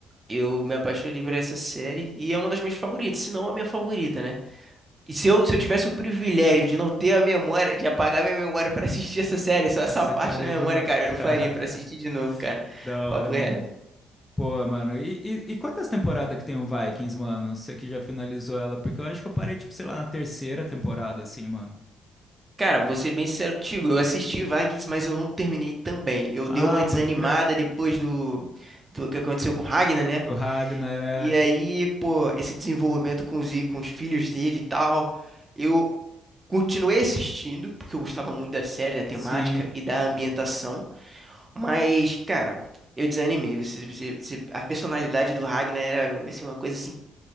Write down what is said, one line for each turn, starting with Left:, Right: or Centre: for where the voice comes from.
Right: eu me apaixonei por essa série e é uma das minhas favoritas, se não a minha favorita, né? E se eu, se eu tivesse o privilégio de não ter a memória, de apagar minha memória pra assistir essa série, só essa
Left: Ah, Você
Right: parte
Left: faria
Right: da memória,
Left: de novo.
Right: cara,
Left: <laughs>
Right: eu faria pra assistir de novo, cara.
Left: Da hora,
Right: Papo
Left: mano.
Right: reto.
Left: Pô, mano, e, e, e quantas temporadas que tem o Vikings, mano? Você que já finalizou ela? Porque eu acho que eu parei, tipo, sei lá, na terceira temporada, assim, mano.
Right: Cara, vou ser bem sincero contigo, eu assisti Vikings, mas eu não terminei também. Eu
Left: Ah,
Right: dei uma desanimada
Left: pode crer.
Right: depois do, do que aconteceu com Ragnar, né?
Left: O Ragnar é.
Right: E aí, pô, esse desenvolvimento com os, i- com os filhos dele e tal. Eu continuei assistindo, porque eu gostava muito da série, da temática
Left: Sim.
Right: e da ambientação. Mas, cara, eu desanimei. Você, você, você- a personalidade do Ragnar era assim, uma coisa assim,